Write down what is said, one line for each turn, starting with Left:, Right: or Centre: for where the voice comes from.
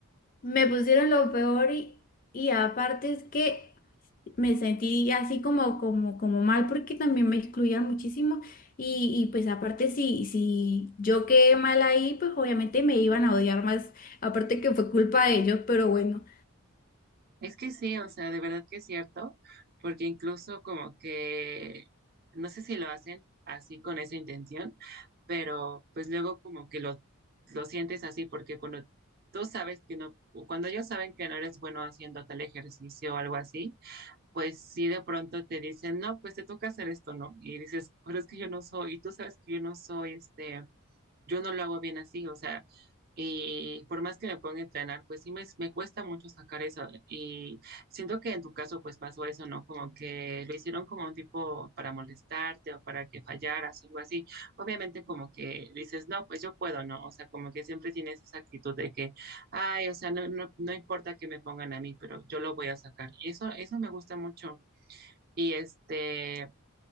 Left: Me pusieron lo peor y, y aparte es que me sentí así como, como, como mal porque también me excluían muchísimo y, y pues aparte si, si yo quedé mal ahí, pues obviamente me iban a odiar más, aparte que fue culpa de ellos, pero bueno,
Right: Es que sí, o sea, de verdad que es cierto, porque incluso como que, no sé si lo hacen así con esa intención pero pues luego como que lo, lo sientes así porque cuando tú sabes que no, o cuando ellos saben que no eres bueno haciendo tal ejercicio o algo así, pues sí de pronto te dicen, no, pues te toca hacer esto, ¿no? Y dices, pero es que yo no soy, y tú sabes que yo no soy este yo no lo hago bien así, o sea, y por más que me ponga a entrenar, pues sí me, me cuesta mucho sacar eso. Y siento que en tu caso pues pasó eso, ¿no? Como que lo hicieron como un tipo para molestarte o para que fallaras o algo así. Obviamente como que dices, no, pues yo puedo, ¿no? O sea, como que siempre tienes esa actitud de que, ay, o sea, no, no, no importa que me pongan a mí, pero yo lo voy a sacar. Y eso, eso me gusta mucho. Y este...